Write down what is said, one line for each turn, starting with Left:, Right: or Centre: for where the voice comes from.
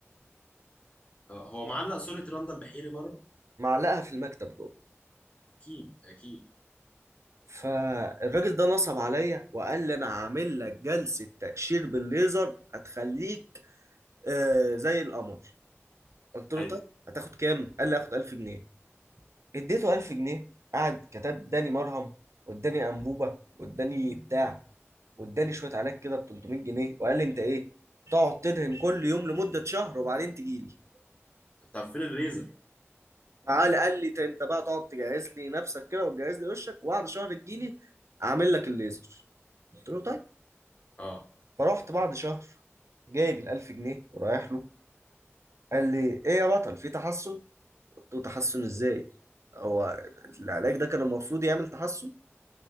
Left: آه، هو معلق صورة راندال بحيري بره
Right: معلقها في المكتب جوه
Left: اكيد اكيد
Right: فالراجل ده نصب عليا وقال لي انا هعمل لك جلسة تقشير بالليزر هتخليك آه زي القمر قلت له
Left: حلو
Right: طب هتاخد كام؟ قال لي هاخد 1000 جنيه اديته 1000 جنيه قعد كتب اداني مرهم واداني انبوبة واداني بتاع واداني شوية علاج كده ب 300 جنيه وقال لي انت ايه؟ تقعد تدهن كل يوم لمدة شهر وبعدين تجيلي
Left: طب فين الليزر
Right: معاه قال لي انت بقى تقعد تجهز لي نفسك كده وتجهز لي وشك وبعد شهر تجيلي اعمل لك الليزر قلت له طيب
Left: اه
Right: فرحت بعد شهر جايب الألف جنيه ورايح له قال لي ايه يا بطل في تحسن قلت له تحسن ازاي هو العلاج ده كان المفروض يعمل تحسن